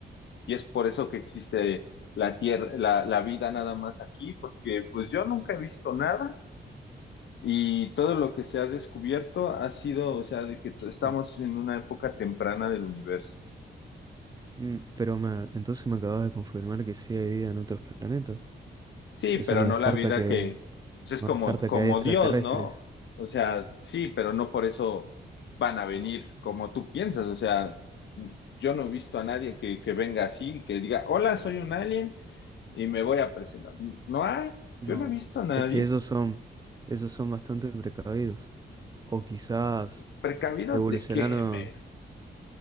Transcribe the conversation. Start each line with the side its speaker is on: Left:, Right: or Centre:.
Left: y es por eso que existe la tierra, la, la vida nada más aquí, porque pues yo nunca he visto nada y todo lo que se ha descubierto ha sido, o sea, de que t- estamos
Right: en-
Left: en una época temprana del universo.
Right: mm, pero me- entonces me acabas de confirmar que sí hay vida en otros planetas.
Left: Sí,
Right: Eso
Left: pero
Right: no
Left: no
Right: descarta
Left: la vida
Right: que,
Left: que pues,
Right: no
Left: es como,
Right: descarta
Left: como
Right: que hay extraterrestres.
Left: Dios, ¿no? O sea, sí, pero no por eso van a venir como tú piensas. O sea, yo no he visto a nadie que, que venga así, que diga, hola, soy un alien y me voy a presentar. No no hay,
Right: No,
Left: yo no he visto a nadie.
Right: es que ellos son, ellos son bastante precavidos. O quizás
Left: ¿Precavidos
Right: evolucionaron,
Left: de qué, men?